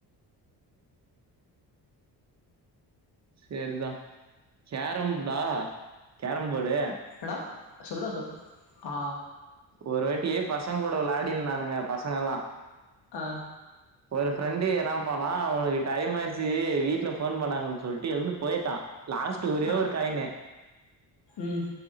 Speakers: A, on the right (about 40°); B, on the left (about 80°).
A: சேரிதா கேரம் போடா கேரம் போடு
B: என்னடா சொல்றா சொல் ஆ
A: ஒரு வாட்டியே பசங்க கூட விளையாடினுந்தானுங்க பசங்க எல்லா
B: ஆ
A: ஒரு ஃப்ரெண்டு என்ன பன்னா உனக்கு டைம் ஆயிருச்சு வீட்ல ஃபோன் பண்ணாங்கன் சொல்ட்டு எழுந்து போயிட்டா லாஸ்ட் ஒரே
B: ஆ
A: ஒரு காயினு
B: ம்